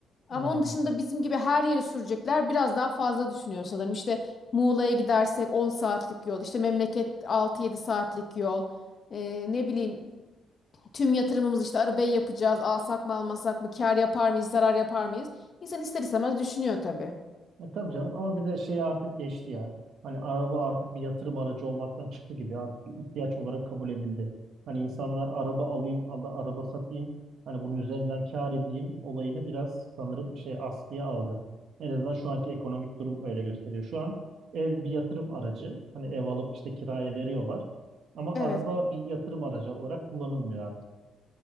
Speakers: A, on the left (about 45°); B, on the right (about 65°).
A: Ama
B: Aynen.
A: onun dışında bizim gibi her yere sürecekler biraz daha fazla düşünüyor sanırım. İşte Muğla'ya gidersek 10 saatlik yol, işte memleket 6-7 saatlik yol. Ee, ne bileyim tüm yatırımımız işte arabayı yapacağız, alsak mı almasak mı, kar yapar mıyız, zarar yapar mıyız? İnsan ister istemez düşünüyor tabii.
B: E, tabii canım ama bir de şey artık geçti ya. Hani araba artık bir yatırım aracı olmaktan çıktı gibi. Artık bir ihtiyaç olarak kabul edildi. Hani insanlar araba alayım, Allah araba satayım. Hani bunun üzerinden kâr edeyim olayını biraz sanırım şey askıya aldı. En azından şu anki ekonomik durum öyle gösteriyor. Şu an ev bir yatırım aracı. Hani ev alıp işte kiraya veriyorlar. Ama
A: Evet.
B: araba bir yatırım aracı olarak kullanılmıyor artık.